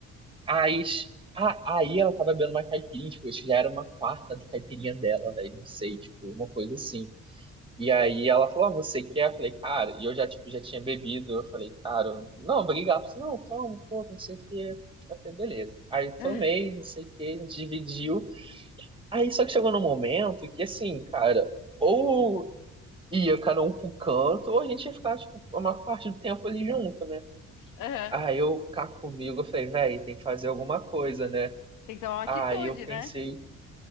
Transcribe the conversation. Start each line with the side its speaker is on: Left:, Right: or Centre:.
Right: Aí, ah, aí ela tava bebendo uma caipirinha, tipo, acho que já era uma quarta da caipirinha dela, velho, não sei, tipo, uma coisa assim. E aí ela falou, ah, você quer? Eu falei, cara, e eu já, tipo, já tinha bebido. Eu falei, cara, eu- não, obrigado. Ela falou, Não, toma um pouco, não sei o quê. Eu falei, beleza. Aí eu
Left: ah,
Right: tomei, não sei o quê, a gente dividiu. Aí só que chegou num momento que, assim, cara, ou ia cada um pro canto, ou a gente ia ficar, tipo, uma parte do tempo ali junto, né?
Left: aham.
Right: Aí eu cá comigo, eu falei, velho, tem que fazer alguma coisa, né?
Left: Tem que tomar uma atitude,
Right: Aí eu pensei
Left: né?